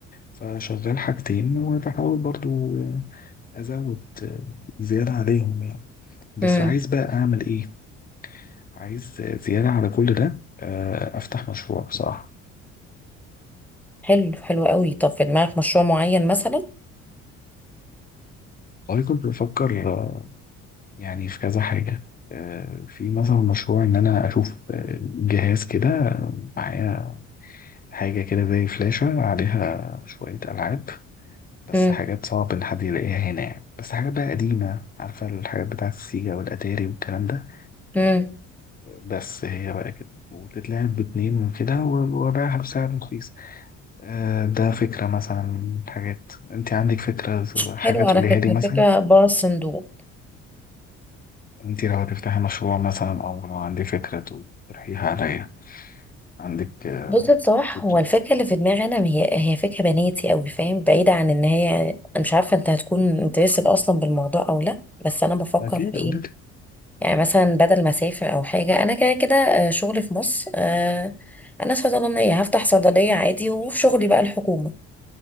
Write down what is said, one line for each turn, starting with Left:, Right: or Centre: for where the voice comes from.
Left: فشغال حاجتين وبحاول برضو آه، ازود آه، زيادة عليهم يعني بس
Centre: امم
Left: عايز بقى اعمل ايه عايز آه، زيادة على كل ده آه، افتح مشروع بصراحة
Centre: حلو حلو قوي طب في دماغك مشروع معين مثلا
Left: والله كنت بفكر آه، يعني في كذا حاجة آه، في مثلا مشروع ان انا اشوف آه، جهاز كده معايا حاجة كده زي فلاشة عليها شوية ألعاب بس
Centre: امم
Left: حاجات صعب إن حد يلاقيها هنا يعني بس حاجات بقى قديمة عارفة الحاجات بتاعة السيجا والأتاري والكلام ده
Centre: امم
Left: بس هي بقى كده وتتلعب باتنين وكده و- وباعها بسعر رخيص آه، ده فكرة مثلا حاجات انت عندك فكرة حاجات
Centre: حلو على
Left: قوليها
Centre: فكره
Left: لي مثلا
Centre: فكره بره الصندوق
Left: انت لو هتفتحي مشروع مثلا او لو عندي فكرة تقترحيها عليا عندك آه،
Centre: بص بصراحة
Left: فكرة
Centre: هو الفكرة اللي في دماغي أنا هي هي فكرة بناتي أوي فاهم بعيدة عن إن هي يعني أنا مش عارفة أنت هتكون انترستد أصلا بالموضوع أو لأ بس أنا بفكر
Left: أكيد
Centre: في إيه
Left: قولي لي
Centre: يعني مثلا بدل ما أسافر أو حاجة أنا كده كده آه، شغلي في مصر آه، أنا صيدلانية هفتح صيدلية عادي وفي شغلي بقى الحكومة